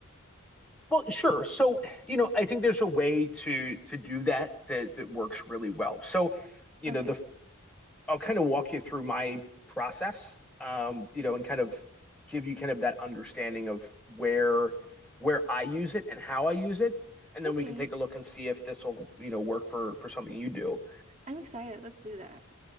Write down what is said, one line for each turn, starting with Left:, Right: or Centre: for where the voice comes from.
Centre: well, sure. So, you know, I think there's a way to to do that that that works really well. So, you
Right: Okay.
Centre: know, the I'll kind of walk you through my process, um, you know, and kind of give you kind of that understanding of where where I use it and how I use it, and
Right: Okay.
Centre: then we can take a look and see if this will, you know, work for for something you do.
Right: I'm excited. Let's do that.